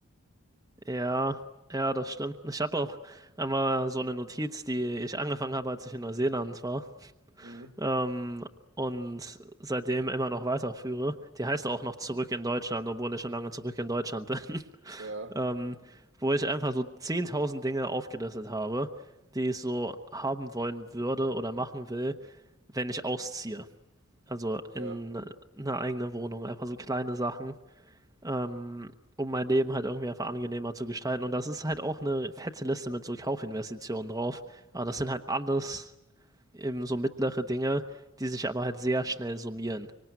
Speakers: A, on the right; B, on the right.
A: Ja, ja, das stimmt. Ich habe auch einmal so eine Notiz, die ich angefangen habe, als ich in Neuseeland war,
B: Mhm.
A: ähm, und seitdem immer noch weiterführe. Die heißt auch noch Zurück in Deutschland, obwohl ich schon lange zurück in Deutschland bin, <laughs>
B: Ja,
A: ähm, wo ich einfach so 10.000 Dinge aufgelistet habe, die ich so haben wollen würde oder machen will, wenn ich ausziehe. Also in
B: ja,
A: eine eigene Wohnung, einfach so kleine Sachen ähm, um mein Leben halt irgendwie einfach angenehmer zu gestalten. Und das ist halt auch eine fette Liste mit so Kaufinvestitionen drauf. Aber das sind halt alles eben so mittlere Dinge, die sich aber halt sehr schnell summieren.